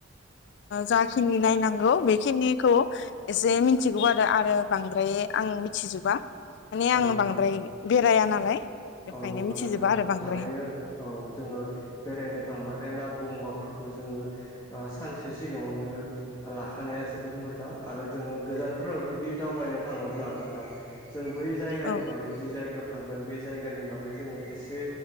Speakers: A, on the left; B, on the left.
A: जाखिनि नायनांगौ बेखिनिखौ एसे मिथिगौ आरो आरो बांद्राय आं मिथिजोबा माने
B: औ
A: आं
B: नंगौ
A: बांद्राय बेराया नालाय बेखायनो
B: औ नंगौ
A: मिथिजोबा
B: नोंथां
A: आरो बांद्राय
B: थारैनो औ जोङो बेरायनो थांबाथाय नांगौ मुवाफोरखौ जोङो ओ सानसे सिगाङावनो लाखानाया जोबोद मोजां आरो जोङो गोजानफोराव जुदि दावबायनो थाङोब्ला नों थां जों बै जायगानि
A: औ
B: बागै जि जायगायाव थांगोन बे जायगानि बागै जोङो एसे